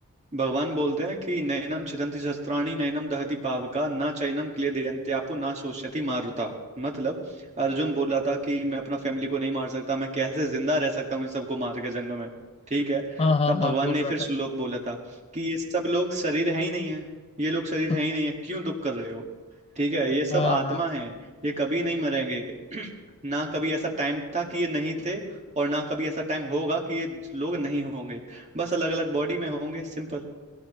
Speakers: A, on the right (about 30°); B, on the left (about 25°).
A: भगवान बोलते हैं कि नैनम छिदन्ति शस्त्राणि नैनम दहति पावका न चैनम क्लेदयन्त्यापो न शोष्यति मारुता मतलब अर्जुन बोला था कि मैं अपना फैमिली को नहीं मार सकता मैं कैसे जिंदा रह सकता हूँ इन सबको मार के जंग में ठीक है
B: हाँ हाँ
A: तब भगवान
B: हाँ बोल
A: ने
B: रहा
A: फिर श्लोक
B: था
A: बोला था कि ये सब लोग शरीर है ही नहीं है ये लोग शरीर
B: <laughs>
A: है ही नहीं है क्यों दुख कर रहे हो ठीक है ये सब
B: हाँ
A: आत्मा
B: हाँ
A: है ये कभी नहीं मरेंगे <clears throat> ना कभी ऐसा टाइम था कि ये नहीं थे और ना कभी ऐसा टाइम होगा कि ये लोग नहीं होंगे बस अलग अलग बॉडी में होंगे सिंपल